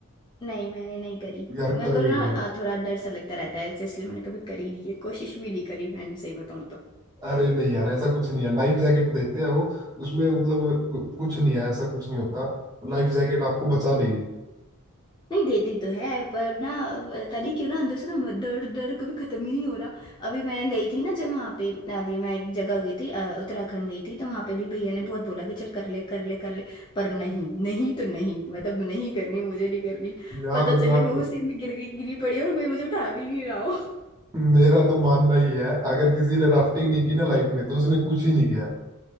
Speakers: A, on the left; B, on the right.
A: नहीं मैंने नहीं करी
B: यार
A: मेरे
B: करो
A: को ना
B: एक
A: अ,
B: बार।
A: थोड़ा डर सा लगता रहता है इसलिए मैंने कभी करी नहीं है कोशिश भी नहीं करी मैंने सही बताऊँ तो
B: अरे नहीं यार ऐसा कुछ नहीं है लाइफ जैकेट देखते हैं वो उसमें मतलब कुछ नहीं है ऐसा कुछ नहीं होता लाइफ जैकेट आपको बचा लेगी
A: नहीं देती तो है पर ना तारी क्यों ना अंदर से ना म- दर्द दर्द कभी खत्म ही नहीं हो रहा अभी मैं गई थी ना जब वहाँ पे अभी मैं एक जगह गई थी अ, उत्तराखंड गई थी तो वहाँ पे भी भैया ने बहुत बोला कि चल कर ले कर ले कर ले पर नहीं नहीं तो नहीं मतलब नहीं करनी मुझे नहीं करनी
B: यार
A: पता
B: अगर
A: चले
B: आप
A: मैं उसी में गिर गई गिरी पड़ी और कोई मुझे उठा भी नहीं रहा हो
B: मेरा तो मानना ही है अगर किसी ने राफ्टिंग नहीं की ना लाइफ में तो उसने कुछ ही नहीं किया